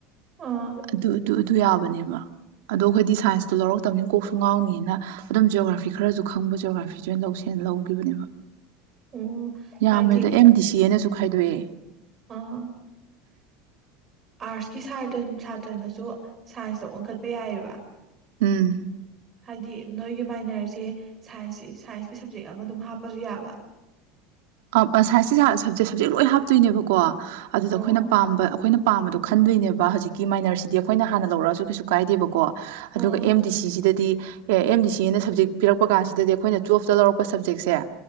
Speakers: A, on the right (about 20°); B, on the right (about 75°).
A: ꯑꯥ
B: ꯑꯗꯨ ꯑꯗꯨ ꯑꯗꯨ ꯌꯥꯕꯅꯦꯕ ꯑꯗꯣ ꯑꯩꯈꯣꯏꯗꯤ ꯁꯥꯏꯟꯁꯇꯣ ꯂꯧꯔꯛꯇꯕꯅꯤꯅꯥ ꯀꯣꯛꯁꯨ ꯉꯥꯎꯅꯤꯅ ꯑꯗꯨꯝ ꯖꯤꯌꯣꯒ꯭ꯔꯥꯐꯤ ꯈꯔꯖꯨ ꯈꯪꯕ ꯖꯤꯌꯣꯒ꯭ꯔꯥꯐꯤꯁꯦ ꯑꯣꯏꯅ ꯂꯧꯁꯦꯟ ꯂꯧꯈꯤꯕꯅꯦꯕꯥ
A: ꯑꯣ
B: ꯌꯥꯝꯃꯦꯗ
A: ꯍꯥꯏꯗꯤ
B: ꯑꯦꯝ ꯗꯤ ꯁꯤ <unintelligible> ꯅꯁꯨ ꯈꯥꯏꯗꯣꯛꯑꯦ
A: ꯑ ꯑꯥꯔꯠꯁꯀꯤ ꯁꯥꯇ ꯁꯥꯇ꯭ꯔꯅꯁꯨ ꯁꯥꯏꯟꯁꯇ ꯑꯣꯟꯈꯠꯄ ꯌꯥꯏꯑꯕ
B: ꯎꯝ
A: ꯍꯥꯏꯗꯤ ꯅꯣꯏꯒꯤ ꯃꯥꯏꯅꯔꯁꯦ ꯁꯥꯏꯟꯁꯁꯤ ꯁꯥꯏꯟꯁꯀꯤ ꯁꯞꯖꯦꯛ ꯑꯃ ꯑꯗꯨꯝ ꯍꯥꯞꯄꯁꯨ ꯌꯥꯕ
B: ꯑꯞ ꯑ ꯁꯥꯏꯟꯁꯇ ꯁꯔ ꯁꯞꯖꯦꯛ ꯂꯣꯏ ꯍꯥꯞꯇꯣꯏꯅꯦꯕꯥꯀꯣ ꯑꯗꯨꯗ
A: ꯑꯣ
B: ꯑꯩꯈꯣꯏꯅ ꯄꯥꯝꯕ ꯑꯩꯈꯣꯏꯅ ꯄꯥꯝꯕꯗꯣ ꯈꯟꯗꯣꯏꯅꯦꯕ ꯍꯧꯖꯤꯛꯀꯤ ꯃꯥꯏꯅꯔꯁꯤꯗꯤ ꯑꯩꯈꯣꯏꯅ ꯍꯥꯟꯅ ꯂꯧ ꯔ ꯑꯁꯨ ꯀꯩꯁꯨ ꯀꯥꯏꯗꯦꯕꯥꯀꯣ ꯑꯗꯨꯒ
A: ꯑꯣ
B: ꯑꯦꯝ ꯗꯤ ꯁꯤꯁꯤꯗꯗꯤ ꯑꯦ ꯑꯦꯝ ꯕꯤ ꯁꯤ ꯅ ꯁꯞꯖꯦꯛ ꯄꯤꯔꯛꯄ ꯀꯥꯁꯤꯗꯗꯤ ꯑꯩꯈꯣꯏꯅ ꯇꯨꯋꯦꯐꯇ ꯂꯧꯔꯛꯄ ꯁꯞꯖꯦꯛꯁꯦ